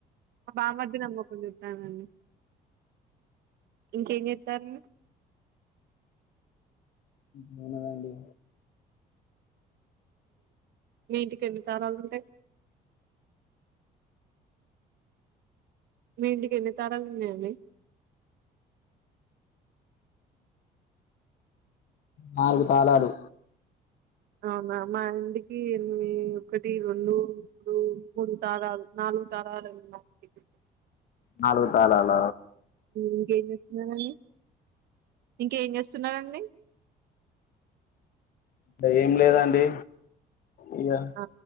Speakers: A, on the right (about 70°); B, on the left (about 60°).
A: బామది నమ్ పందుతానడి ఇంకేం చేస్తారండి
B: మనదడి
A: మీ ఇంటికి ఎన్ని తాళాలు ఉంటాయి మీ ఇంటికి ఎన్ని తాళాలు ఉన్నాయండి
B: నాలుగు తాళాలు
A: అవునా మా ఇంటికి ఎ ఒకటి రెండు మూడు మూడు తాళాలు నాలుగు తాళాలు మా టికెట్
B: నాలుగు తాళాల
A: ఇంకా ఎంచేస్తున్నారండీ ఇంకేం చేస్తున్నారంండి
B: అంటే ఏం లేదండి ఇయ్య
A: ఆ